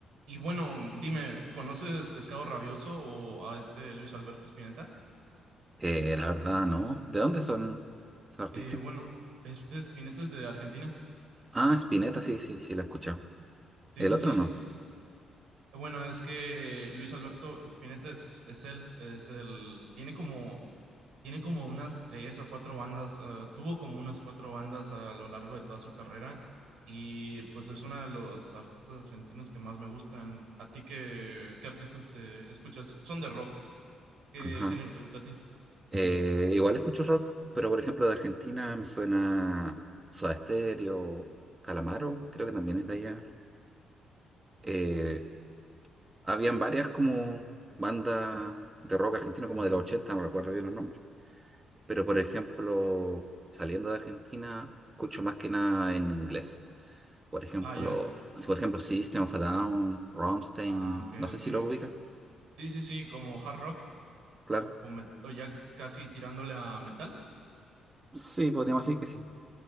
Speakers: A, on the right; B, on the right.
A: Y bueno, dime, ¿conoces Pescado Rabioso o a este Luis Alberto Spinetta?
B: Eh, la verdad, no. ¿De dónde son esos artistas?
A: Eh, bueno, este Spinetta es de Argentina.
B: Ah, Spinetta, sí, sí, sí, la he escuchado.
A: Sí,
B: El
A: sí,
B: otro
A: sí.
B: no.
A: Bueno, es que Luis Alberto Spinetta es, es él, es el, tiene como, tiene como unas tres o cuatro bandas, eh, tuvo como unas cuatro bandas a lo largo de toda su carrera y pues es uno de los artistas argentinos que más me gustan. ¿A ti qué, qué artistas te escuchas? Son de rock. ¿Qué
B: Ajá.
A: género te gusta a ti?
B: Eh, igual escucho rock, pero por ejemplo de Argentina me suena Soda Stereo, Calamaro, creo que también es de allá. Eh, habían varias como bandas de rock argentino como de los ochenta no recuerdo bien los nombres. Pero por ejemplo, saliendo de Argentina, escucho más que nada en inglés. Por ejemplo,
A: Ah, ya.
B: si por ejemplo System of a Down, Rammstein,
A: Ah, ok,
B: no sé
A: ok,
B: si lo ubica,
A: ok. Sí, sí, sí, como hard rock
B: claro.
A: o, met- o ya casi tirándole a metal.
B: Sí, podríamos decir que sí.